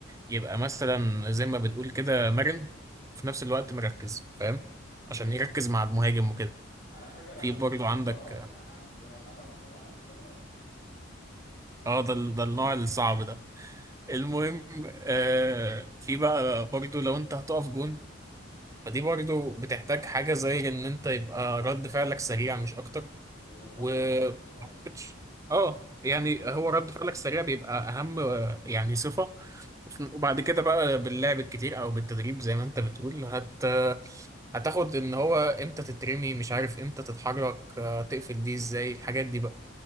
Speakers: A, on the right; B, on the left.
A: يبقى مثلا زي ما بنقول كده مرن في نفس الوقت مركز فاهم
B: أيوه
A: عشان يركز مع المهاجم وكده
B: أنا فاكر أنا
A: في
B: كنت
A: برضو
B: بكسرهم
A: عندك
B: يعني أنا كنت برقدهم في الأرض كلهم
A: اه ده ال- ده النوع
B: <laughs>
A: الصعب ده المهم آه في بقى برضو لو انت هتقف جون فدي برضو بتحتاج حاجة زي ان انت يبقى رد فعلك سريع مش اكتر
B: ومتدرب
A: و
B: برضه أيوه
A: ما أعتقدش- اه يعني
B: فعلا
A: هو رد فعلك السريع بيبقى اهم آه، يعني صفه وفي- وبعد كده بقى باللعب الكتير او بالتدريب زي ما انت بتقول هت هتاخد ان هو امتى تترمي مش عارف امتى تتحرك آه، تقفل دي ازاي الحاجات دي بقى